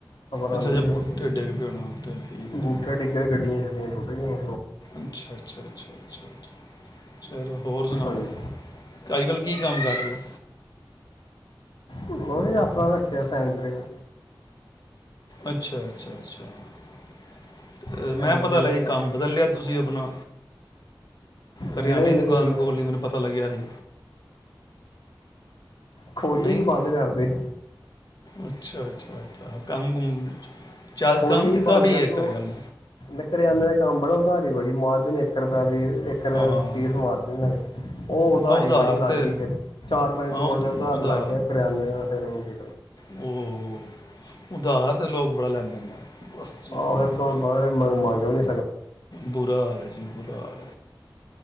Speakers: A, on the left; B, on the left.
A: ਖਬਰ ਆਂਦੀ
B: ਅੱਛਾ ਅੱਛਾ
A: ਪਈ
B: ਬੂਟੇ
A: ਸੀ
B: ਡਿੱਗ ਪਏ ਹੋਣੇ ਉੱਤੇ ਠੀਕ ਹੈ,
A: ਬੂਟਾ
B: ਠੀਕ
A: ਡਿੱਗਿਆ ਗੱਡੀਆਂ ਟੁੱਟ ਗਏ
B: ਅੱਛਾ ਅੱਛਾ ਅੱਛਾ ਅੱਛਾ ਚਲੋ ਹੋਰ ਸੁਣਾਓ
A: ਹਾਂਜੀ
B: ਅੱਜ ਕੱਲ੍ਹ ਕੀ ਕੰਮ ਕਰਦੇ ਹੋ
A: ਵਾਹ ਵਾਹ ਆਪਣਾ ਰੱਖਿਆ ਸੈਂਟਰ ਆ
B: ਅੱਛਾ ਅੱਛਾ ਅੱਛਾ
A: ਸੈਨਟਰੀ
B: ਮੈਂ ਪਤਾ
A: ਦਾ
B: ਲੱਗਿਆ ਕੰਮ ਬਦਲਿਆ ਤੁਸੀਂ ਆਪਣਾ
A: ਨਹੀਂ
B: ਕਰਿਆਨੇ
A: ਨਹੀਂ
B: ਦੀ ਦੁਕਾਨ ਖੋਲ੍ਹਣੀ ਮੈਨੂੰ ਪਤਾ ਲੱਗਿਆ ਸੀ
A: ਖੋਲੀ
B: ਨਹੀਂ
A: ਬੰਦ ਕਰਦੇ
B: ਅੱਛਾ ਅੱਛਾ ਅੱਛਾ ਕੰਮ ਕੁਮ ਚੱਲ
A: ਖੋ
B: ਕੰਮ
A: ਹੀ
B: ਤੇ ਕਾਫੀ
A: ਬੰਦ ਕਰ
B: ਹੈ
A: ਉਹ
B: ਕਰਿਆ ਨੂੰ
A: ਕਰਿਆਨੇ ਦਾ ਕੰਮ ਬੜਾ ਉਧਾਰੀ ਬੜੀ ਮਾਰਜਨ ਇੱਕ ਰੁਪਇਆ ਵੀਰ ਇੱਕ ਰੁਪਇ
B: ਹਾਂ
A: ਪੀਸ ਮਾਰਜ ਹੈਗਾ ਉਹ ਉਧਾਰੀ
B: ਹਾਂ ਉਧਾਰ
A: ਬੜੀ ਲਾਗੀ
B: ਤੇ
A: ਫਿਰ ਚਾਰ ਪੰਜ
B: ਹਾਂ
A: ਕਰੋੜ
B: ਉਧ-
A: ਰੁਪਏ ਦਾ ਉਦਾਰ
B: ਉਹਦਾ
A: ਲੱਗ ਗਿਆ ਕਰਿਆਨ ਦਾ ਫਿਰ ਹੁਣ ਕੀ
B: ਉਹ ਉਧਾਰ ਤੇ ਲੋਕ ਬੜਾ ਲੈਂਦੇ ਨੇ ਬਸ ਜੀ
A: ਆਹੋ ਫਿਰ
B: ਬੁਰ-
A: ਮੰਗ ਨੀ
B: ਬੁਰਾ ਹਾਲ ਹੈ ਜੀ ਬਕਾਰ